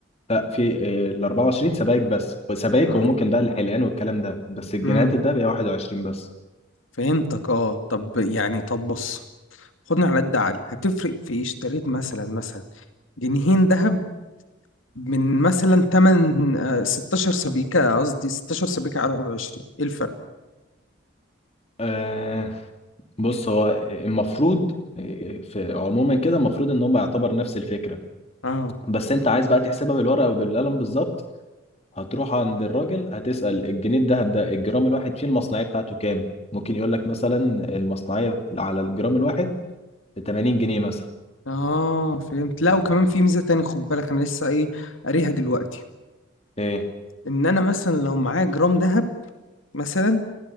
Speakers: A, on the left; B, on the left.
A: لا في آه، ال 24 سبائك بس سبائك
B: مم.
A: وممكن بقى الحلقان والكلام ده بس الجنيهات
B: امم
A: الذهب هي 21 بس
B: فهمتك اه طب يعني طب بص خدنا على قد عقلي هتفرق في ايه اشتريت مثلا مثلا جنيهين ذهب من مثلا 8 16 سبيكة قصدي 16 سبيكة على 21 ايه الفرق
A: آه بص هو المفروض آه، في عموما كده المفروض ان هم يعتبر نفس الفكره
B: اه
A: بس انت عايز بقى تحسبها بالورقه وبالقلم بالظبط هتروح عند الراجل هتسأل الجنيه الدهب ده الجرام الواحد فيه المصنعية بتاعته كام ممكن يقول لك مثلا المصنعية على الجرام الواحد 80 جنيه مثلا
B: اه فهمت لا وكمان في ميزة تاني خد بالك انا لسه ايه قاريها دلوقتي
A: ايه
B: ان انا مثلا لو معايا جرام ذهب مثلا